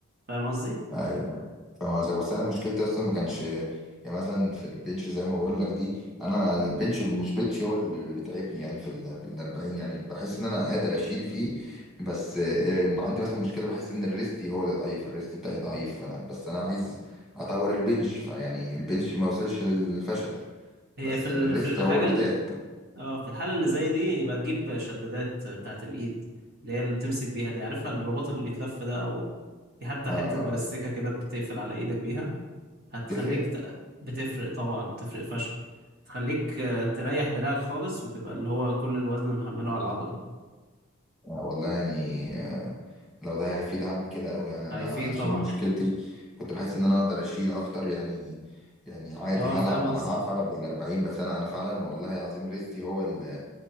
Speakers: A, on the right; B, in the centre.
A: فاهم قصدي
B: انا فاهم قصدك بس انا مشكلتي اصلا ما كانش يعني مثلا في البنش زي ما بقول لك دي انا البنش مش بنش هو اللي بيتعبني يعني في ال في ال 40 يعني بحس ان انا قادر اشيل فيه بس آه، عندي مثلا مشكله بحس ان الريستي هو اللي ضعيف الريست بتاعي ضعيف فانا بس انا عايز اطور البنش فيعني البنش ما وصلش للفشل
A: هي
B: بس
A: في
B: يعني
A: ال...
B: الريست
A: في الحاجة
B: هو اللي
A: ال...
B: تعب
A: اه في الحالة اللي زي دي يبقى تجيب شدادات بتاعة الايد اللي هي اللي بتمسك بيها دي عارفها الرباط اللي بيتلف ده او في حتى
B: اه
A: حتة بلاستيكة كده بتقفل على ايدك بيها هتخليك
B: تفرق
A: ت... بتفرق طبعا بتفرق فشخ تخليك آه، تريح دراعك خالص وتبقى اللي هو كل الوزن محمله على العضلة
B: آه والله يعني آه، لو ده هيفيد هعمل كده قوي يعني انا
A: هيفيد
B: عشان
A: طبعا
B: مشكلتي كنت بحس ان انا اقدر اشيل اكتر يعني يعني عادي
A: اه
B: هلعب
A: فاهم
B: انا
A: قصدك
B: هعرف العب بال 40 بس انا انا فعلا والله العظيم ريستي هو اللي,